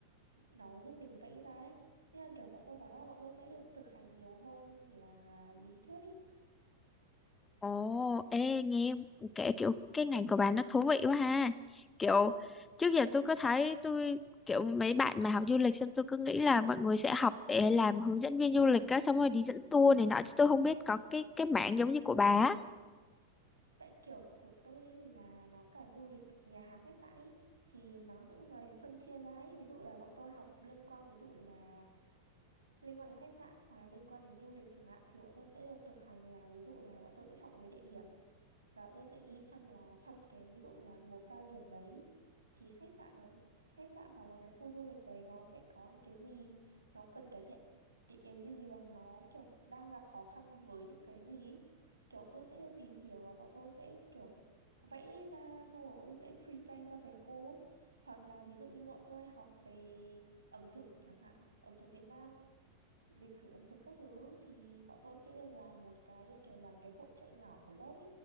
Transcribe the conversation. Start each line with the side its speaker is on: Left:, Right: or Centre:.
Right: nó giúp mình vẽ ra ấy nên là kiểu bọn tôi cảm giác bọn tôi sẽ được thực hành nhiều hơn là lý thuyết ý
Left: Ồ, ê, nghe kể kiểu cái ngành của bạn nó thú vị quá ha. Kiểu trước giờ tôi có thấy tôi kiểu mấy bạn mà học du lịch xong tôi cứ nghĩ là mọi người sẽ học để làm hướng dẫn viên du lịch á xong rồi đi dẫn tour này nọ chứ tôi không biết có cái cái mảng giống như của bà á.
Right: tại kiểu của tôi là nó cả du lịch nhà hàng khách sạn ý thì nó cũng phải phân chia ra ấy ví dụ là bọn tôi học liên quan ví dụ là liên quan đến khách sạn hoặc là liên quan đến du lịch chẳng hạn thì bọn tôi sẽ được thực hành là ví dụ là bọn tôi sẽ chọn một cái địa điểm và bọn tôi sẽ ghi trong là trong cái ví dụ là mùa cao điểm đấy thì khách sạn nó khách sạn hoặc là cái khu du lịch đấy nó sẽ có những cái gì nó cần cải thiện cái cái gì và nó kiểu đang gặp khó khăn với những cái gì ý. kiểu tôi sẽ được tìm hiểu và bọn tôi sẽ kiểu vẽ ra xong rồi bọn tôi sẽ present cho thầy cô ấy. hoặc là ví dụ như bọn tôi học về ẩm thực chẳng hạn ẩm thực Việt Nam lịch sử ẩm thực các thứ thì bọn tôi sẽ được làm một cái như kiểu làm cái hội chợ nhỏ của lớp ý